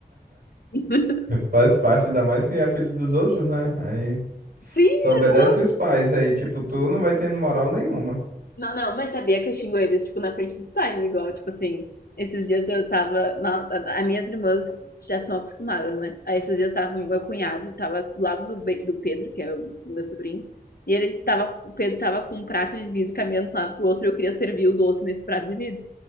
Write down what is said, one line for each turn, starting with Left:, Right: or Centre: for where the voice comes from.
Left: <laughs>
Right: Faz parte, ainda mais que é filho dos outros, né? Aí
Left: Sim,
Right: só obedece
Left: eu tô
Right: os pais, aí, tipo, tu não vai tendo moral nenhuma.
Left: Não, não, mas sabia que eu xingo eles, tipo, na frente dos pais, igual, tipo assim, esses dias eu tava, na, a- as minhas irmãs já são acostumadas, né? Aí esses dias tava meu cunhado, tava do lado do, Be- do Pedro, que era o meu sobrinho, e ele tava, o Pedro tava com um prato de vidro caminhando de um lado pro outro e eu queria servir o doce nesse prato de vidro.